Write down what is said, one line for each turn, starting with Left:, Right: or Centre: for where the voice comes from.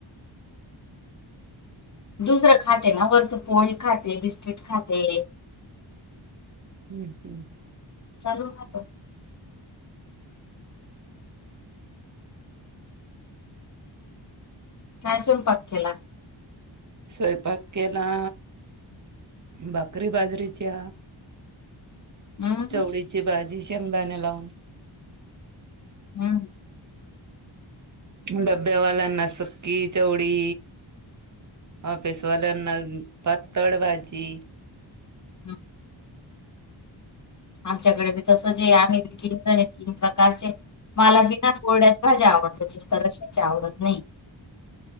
Left: दुसरं खाते ना वरच पोळी खाते बिस्किट खाते.
Right: हम्म हम्म
Left: चालू ना कायसून पक केला
Right: स्वयंपाक केला भाकरी बाजरीच्या
Left: हम्म
Right: चवळी ची भाजी शेंगदाण्या लावून
Left: हम्म
Right: डब्यावाल्याना सुकी चवडी हा पेसवाल्याना पातळ भाजी
Left: हम् आमच्याकडेी तसं जे आम्ही विकले तीन प्रकारचे मला बिना कोरड्यात भाज्या आवडत रशा आवडत नाही